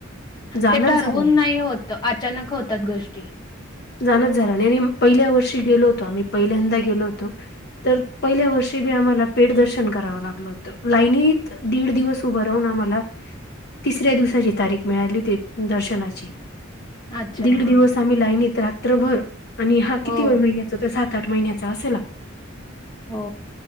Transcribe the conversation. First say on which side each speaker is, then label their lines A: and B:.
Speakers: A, on the left (about 50°); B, on the left (about 20°).
A: जाणंच
B: ते ठरवून
A: झालं
B: नाही होत, अचानक होतात गोष्टी.
A: जाणच झालं नाही आणि पहिल्या वर्षी गेलो होतो आम्ही पहिल्यांदा गेलो होतो. तर पहिल्या वर्षी बी आम्हाला पेड दर्शन करावं लागलं होतं. लाईनीत दीड दिवस उभं राहून आम्हाला तिसऱ्या दिवसाची तारीख मिळाली होती दर्शनाची.
B: अच्छा
A: दीड
B: हा
A: दिवस आम्ही लाईनीत रात्रभर आणि हा
B: हो
A: किती वेळ महि तो तर सात आठ महिन्याचा असेल.
B: हो